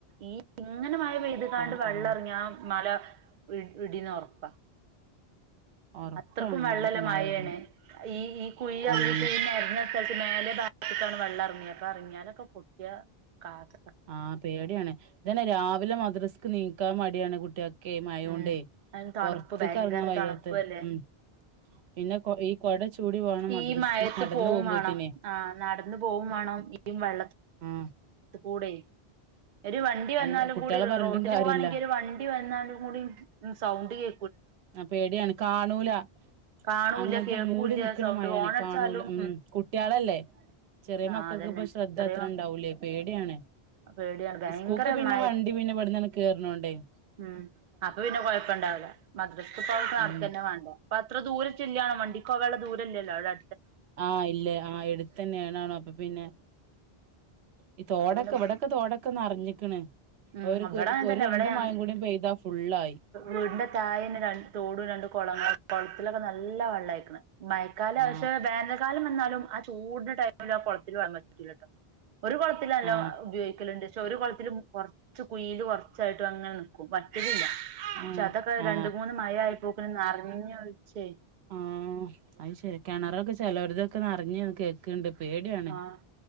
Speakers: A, on the right; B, on the right.
A: ഈ ഇങ്ങനെ മഴ പെയ്ത്കാണ്ട്
B: ആ
A: വെള്ളറിങ്ങിയ
B: ആ
A: മല ഇട് ഇടിയിന്നൊറപ്പാ.
B: ഉറപ്പാണ്
A: അത്രക്കും വെള്ളല്ല
B: മല മഴ
A: മഴേണ്.
B: ഇടും
A: ഈ ഈ കുഴിറങ്ങിട്ട്
B: ഉം
A: ഈ നേരത്തെ ത്ത് മേലെ ഭാഗത്ത്ക്കാണ് വെള്ളറങ്ങിയ. ഇപ്പ എറങ്ങിയോലൊക്കെ പോയാ ആർക്കറിയാം.
B: ആഹ് പേടിയാണ്. ഇതന്നെ രാവിലെ മദ്രസ്ക്ക് എണീക്കാൻ മടിയാണ് കുട്ടിയാക്ക്. ക്കെ മയോണ്ടെ
A: ഉം അതിന് തണുപ്പ്
B: പൊറത്ത്ക്ക്റങ്ങാൻ
A: ഭയങ്കര
B: വയ്യാത്ത
A: തണുപ്പു അല്ലേ
B: ഉം പിന്നെ കൊ ഈ കൊട ചൂടി വേണം മദ്രസ്ക്ക്
A: ഈ മഴെത്ത്
B: നടന്നു
A: പോവും
B: പോകുമ്പോത്തിനെ
A: വാണം. ആഹ് നടന്ന് പോവും വാണം. ഈ വെള്ള
B: ഉം
A: ത്ത് കൂടെ. ഒരു വണ്ടി വന്നാലും
B: അല്ല കുട്ടികളെ
A: കൂടെ ഒരു
B: പറഞ്ഞിട്ടും
A: റോട്ടില്
B: കാര്യല്ല
A: പോവാണെങ്കി ഒരു വണ്ടി ണ്ടി വന്നാലും കൂടിം സൗണ്ട് കേ
B: ആഹ് പേടിയാണ്. കാണൂല
A: കാണൂല്ല
B: അങ്ങൻത്തെ
A: കേൾക്കൂല്ല
B: മൂടി നിക്കണ
A: സൗണ്ട്
B: മയാണെ
A: ഹോൺ അടിച്ചാലും
B: കാണൂല ഉം കുട്ട്യാളല്ലേ. ചെറിയ
A: ആഹ്
B: മക്കക്ക്
A: അതന്നെ
B: ഇപ്പ ശ്രദ്ധ
A: ചെറിയ
B: അത്ര
A: മ
B: ഉണ്ടാവൂലേയ് പേടിയാണ്.
A: പേടിയാണ് ഭയങ്കര
B: സ്കൂക്ക് പിന്നെ
A: മഴ
B: വണ്ടി പിന്നെ ഇവട്ന്നന്നെ കേറ്ണോണ്ടേയ്
A: ഉം അപ്പ പിന്നെ കൊഴപ്പണ്ടാവില്ല. മദ്രസ്ക്ക്പ്പൊ അവ്ടെക്ക് നടക്കന്നെ
B: ഉം
A: വാണ്ടേ. അപ്പൊ അത്ര ദൂരം ചെല്ല്യാണും വണ്ടിക്ക് പോകാള്ളെ ദൂരല്ലല്ലോവടെ.
B: ആഹ് ഇല്ലെ ആഹ് എടുത്തന്നെയന്നാണൊ അപ്പൊ പിന്നെ, ഈ തോടക്കെ
A: അപ്പൊ പിന്നെ
B: ഇവടെ ക്കെ തോടൊക്കെ നറിഞ്ഞിക്ക്ണ്.
A: ഉം
B: ഒരു
A: ഇവിടെ
B: കൊ
A: അങ്ങനെ
B: ഒരു
A: തന്നെ
B: രണ്ടു
A: ഇവിടെ ഞ
B: മഴം കൂടി പെയ്താ ഫുള്ളായി.
A: വീടിന്റെ തായന്നെ രണ്ട് തോടും രണ്ടു കൊളങ്ങളും കൊളത്തിലൊക്കെ നല്ല വെള്ളായിക്ക്‌ണ്. മഴ ക്കാല
B: ആ
A: പക്ഷെ വേനൽക്കാലം വന്നാലും ആ ചൂടിന്റെ ടൈമില് ആ കൊളത്തില് വെള്ളം വറ്റൂലട്ടോ. ഒരു കൊള ത്തിലല്ലോ
B: ആ
A: ല്ണ്ട് പക്ഷെ ഒരു കൊളത്തിലും കൊറചു കുയ്യിലും കൊറച്ചായിട്ടും അങ്ങനെ നിക്കും വറ്റലില്ല.
B: ഏ
A: ക്ഷെ അതൊക്കെ
B: ആ
A: രണ്ട് മൂന്ന് മഴ ആയി പോക്ന് നെറഞ് ഒലിച്ചെയ്‌
B: ആഹ് അയ് ശരി കെണറൊക്കെ ചെലരതൊക്കെ നറഞ് കേ ക്ക്‌ണ്ട് പേടിയാണ്
A: ആഹ്